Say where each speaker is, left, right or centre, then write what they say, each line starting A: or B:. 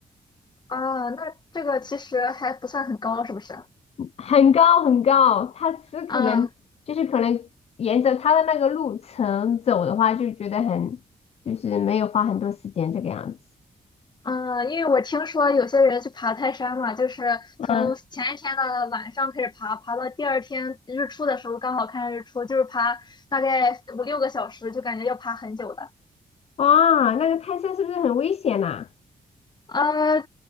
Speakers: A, on the left; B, on the left.
A: 啊，那这个其实还不算很高，是不是？
B: 很高很高。它吃可能就是可能沿着它的那个路程走的话，
A: 嗯
B: 就觉得很就是没有花很多时间这个样子。
A: 嗯，因为我听说有些人去爬泰山嘛，就是从前一天的晚上开始爬，
B: 嗯，
A: 爬到第二天日出的时候刚好看日出，就是爬大概五六个小时，就感觉要爬很久的。
B: 哇，那个泰山是不是很危险呐、
A: 呃，